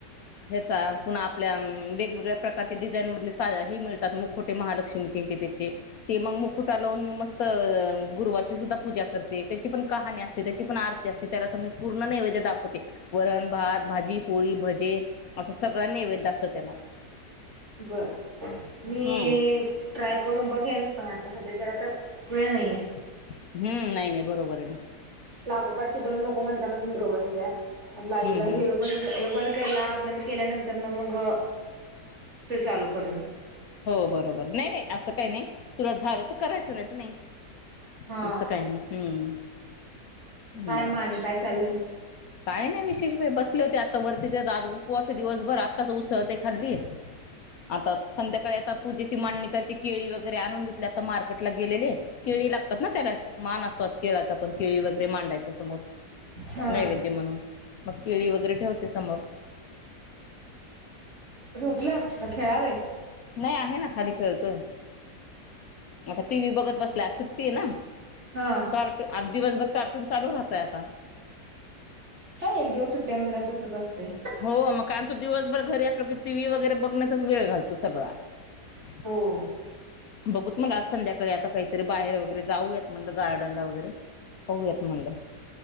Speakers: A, on the left; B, on the right.
A: ह्याचा पुन्हा आपल्या वेगवेगळ्या प्रकारचे डिझाईन मधले साध्या हे मिळतात मुकुट ते महालक्ष्मीचे ह्याचे त्याचे ते मग मुखुटा लावून मी मस्त गुरुवारची सुद्धा पूजा करते त्याची पण कहाणी असते त्याची पण आरती असते त्याला तर मी पूर्ण नैवेदय दाखवते वरण भात भाजी पोळी भ ते असं सगळा नैवेद्य लागतो त्याला
B: बर मी
A: हम्म
B: ट्राय करून बघेन पण आता सध्याच्याला तर वेळ नाहीये
A: हम्म नाही नाही बरोबर ये ना
B: लागोपाटचे दोन नको म्हणतानाच मी ग बसलेय एकदा
A: हम्म हम्म
B: हे बंद हे बंद केला बंद. केल्यानंतर न मग तो चालू करीन.
A: हो बरोबर नाही नाही असं काय नय तुला झालं तर करायचं नाहीतर न्हय
B: हा
A: असं काय नय हम्म
B: काय
A: बर
B: मग आणि काय चाललंय
A: काय नाही विशेष बसले होते आता वरती ते जाद उपवास आहे दिवसभर आत्ताच उसळते खाल्ली आता संध्याकाळी आता पूजेची मांडणी कची केळी वगैरे आणून घेतली आता मार्केटला गेलेले केळी लागतात ना त्याला मान असतोच केळाचा पण केळी वगैरे मांडायच समोर
B: हा
A: नैवेद. म्हणून मग केळी वगैरे ठेवते समोर.
B: तला खेळालय
A: नाही आहे ना खाली खेळतोय. आता टी व्ही बघत बसला सुट्टी ना
B: हा
A: त आज दिवसभर कार्टून चालू राहतय आता.
B: हा एक दिवस सुट्ट्या म्हणलं तसच असते
A: हो मग कारण तो दिवसभर घरी असलो की, टी व्ही वगैरे बघण्याचाच वेळ घालतो सगळा. <inaudible>
B: हो
A: बघू मला आज संध्याकाळी आता काहीतरी बाहेर वगैरे जाऊयात म्हटलं गार्डनला वगैरे पाहूयात म्हटल.